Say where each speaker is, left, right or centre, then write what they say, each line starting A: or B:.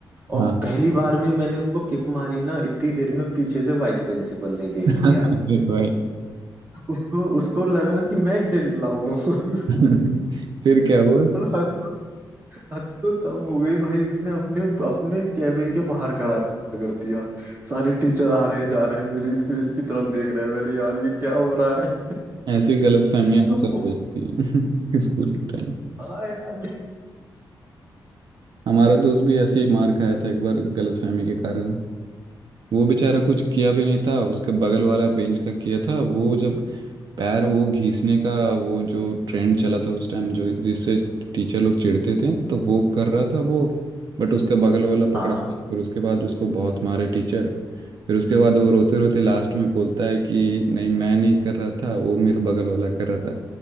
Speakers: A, on the right; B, on the right.
A: और
B: हाँ
A: पहली बार में ही मैंने उसको किक मारी ना इतनी देर में पीछे से वाइस प्रिंसिपल ने देख
B: <laughs>
A: लिया
B: अरे भाई
A: उसको उसको लगा कि मैं खेल रहा हूँ <laughs>
B: <laughs> फिर क्या हुआ
A: और हद तो हद तो तब हो गई भाई उसने अपने अपने कैबिन के बाहर खड़ा कर दिया सारे टीचर आ रहे हैं जा रहे हैं मेरी फेस की तरफ देख रहे हैं मैंने यार ये क्या हो रहा है
B: ऐसी गलतफहमियां
A: <laughs>
B: अक्सर हो जाती हैं <laughs> स्कूल के टाइम
A: हाँ यार
B: हमारा दोस्त भी ऐसे ही मार खाया था एक बार गलतफहमी के कारण वो बेचारा कुछ किया भी नहीं था उसके बगल वाला बेंच का किया था वो जब पैर वो घिसने का वो जो ट्रेंड चला था उस टाइम जो जिससे टीचर लोग चिढ़ते थे तो वो कर रहा था वो बट उसका बगल वाला
A: हाँ
B: पकड़ा गया फिर उसके बाद उसको बहुत मारे टीचर फिर उसके बाद वो रोते रोते लास्ट में बोलता है कि नहीं मैं नहीं कर रहा था वो मेरा बगल वाला कर रहा था